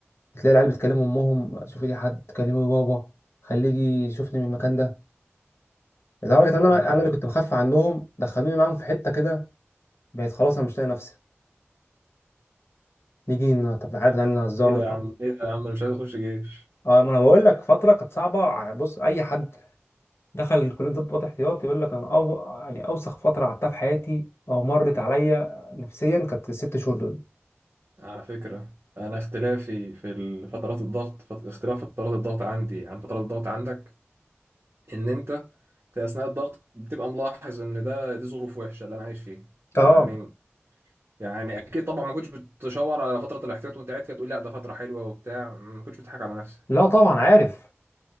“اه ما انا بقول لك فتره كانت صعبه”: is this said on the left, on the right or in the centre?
Left